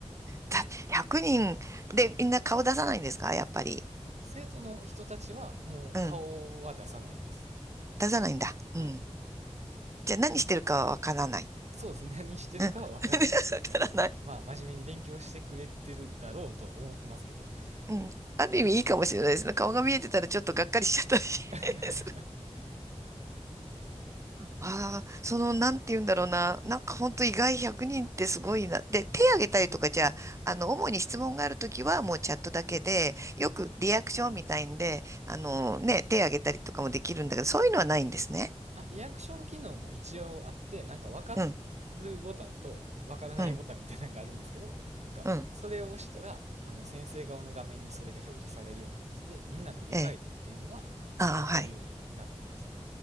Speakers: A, on the right; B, on the right.
A: た、100人でみんな顔出さないんですかやっぱり。
B: 生徒の人たちはもう顔は出さないです。
A: うん。出さないんだ。
B: はい。
A: うん。じゃあ何してるかはわからない。
B: そうですね。何してるかはわかんないという感じで。
A: うん。<laughs> わからない。
B: まあ、真面目に勉強してくれてるだろうと思ってますけど。
A: うん。ある意味いいかもしれないですね。
B: はい。
A: 顔が見えてたらちょっとがっかりしちゃったり
B: <laughs>
A: <laughs> すああ、
B: まあね。
A: その、なんて言うんだろうな。なんか本当意外100人ってすごいな。で、手挙げたりとかじゃあ、あの、主に質問があるときはもうチャットだけで、よくリアクションみたいんで、あの、ね、手挙げたりとかもできるんだけど、そういうのはないんですね。
B: あ、リアクション機能も一応あって、なんかわかるボタンとわからないボタンみたいなのがあるんですけど、
A: うん、うん、
B: なんか、
A: うん。
B: それを押したら、あの、先生側の画面にそれが表示されるようになってて、みんなの理解度っていうのが、
A: ええ。ああ、
B: えーわかるようになってます。
A: はい。